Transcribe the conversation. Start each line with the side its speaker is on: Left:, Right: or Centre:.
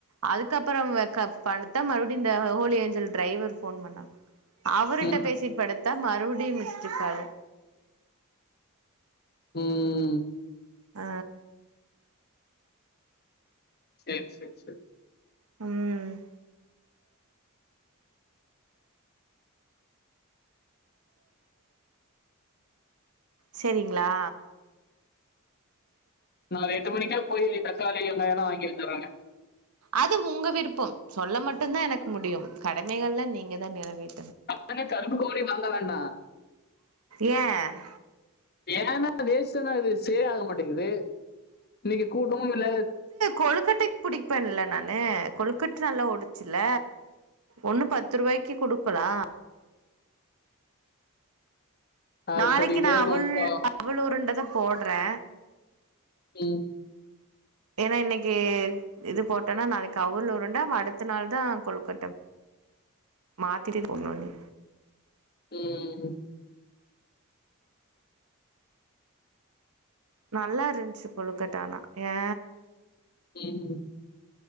Right: அதுக்கப்புறோ வே க படுத்தா மறுபடி இந்த ஹோலி எஞ்சல் டிரைவர் ஃபோன் பண்ணா அவருட்ட
Left: ம்,
Right: பேசிட் படுத்தா மறுபடியூ மிஸ்ட்டுகாள்
Left: ம்
Right: அ
Left: சேர் சேர் சேர்
Right: ம் சேரிங்ளா
Left: நாளை எட்டு மணிக்கே போய் தக்காளி வெங்காயோல்லா வாங்கி வச்சறங்க
Right: அது உங்க விருப்பம் சொல்ல மட்டுந்தா எனக்கு முடியு கடமைகள்ல நீங்க தா நிறைவேற
Left: அத்தன கருப்பு கோழி வாங்க வேண்டா
Right: ஏ
Left: வேண்ணா வேஸ்டுதா அது சேல் ஆக மாட்டேங்குது இன்னைக்கு கூட்டமு இல்ல
Right: கொழுக்கட்டைக் புடிப்பேன்ல நானு கொழுக்கட்ட நல்லா ஒடுச்சுல ஒண்ணு பத்து ருவாய்க்கு குடுக்கலா
Left: அ
Right: நாளைக்கு
Left: சொல்லிட்டே
Right: நா
Left: இருக்கணும்.
Right: அவுல்
Left: அ
Right: அவுள் உருண்டதா போட்றே
Left: <unintelligible>
Right: ஏன்னா இன்னைக்கு இது போட்டன்னா நாளைக்கு அவுல் உருண்ட அடுத்த நாள் தா கொழுக்கட்ட மாத்திட்டு போட்டு இனிமே
Left: ம்
Right: நல்லா இருந்ச்சு கொழுக்கட்டா ஆனா அ
Left: ம்